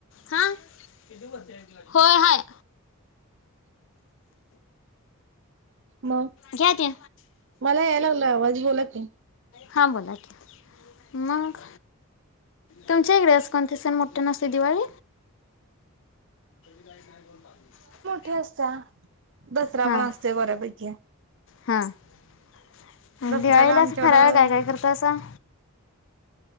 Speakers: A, on the left (about 55°); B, on the right (about 55°).
A: हा होय. हाय.
B: मग
A: घ्या ते
B: मला याय लागला आवाज बोला की.
A: हां बोला की. मग. तुमच्या इकडेे असं कोणते सण मोठ्यानं असतंय दिवाळी? <unintelligible>
B: ठे असता दसरा
A: हां
B: पण असतंय बऱ्यापैकी.
A: हां
B: दसऱ्याला
A: दिवाळीला
B: आमच्याकडं
A: अस फराळ काय काय करता असं?